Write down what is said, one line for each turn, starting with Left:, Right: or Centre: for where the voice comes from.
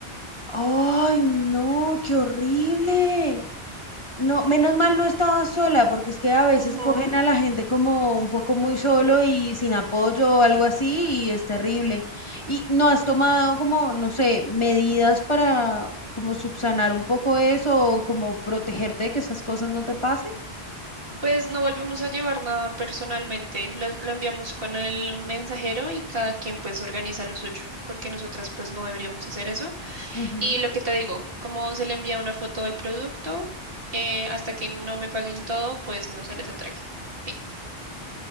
Left: Ay, no, qué horrible. No, menos mal no estaba sola, porque es que a veces
Right: Ujú.
Left: cogen a la gente como un poco muy solo y sin apoyo o algo así, y es terrible. ¿Y no has tomado como, no sé, medidas para como subsanar un poco eso o como protegerte de que esas cosas no te pasen?
Right: Pues no volvemos a llevar nada personalmente, lo, lo enviamos con el mensajero y cada quien pues organiza lo suyo, porque nosotras pues no deberíamos hacer eso.
Left: Ujú.
Right: Y lo que te digo, como se le envía una foto del producto, eh, hasta que no me paguen todo, pues no se les entrega. Fin.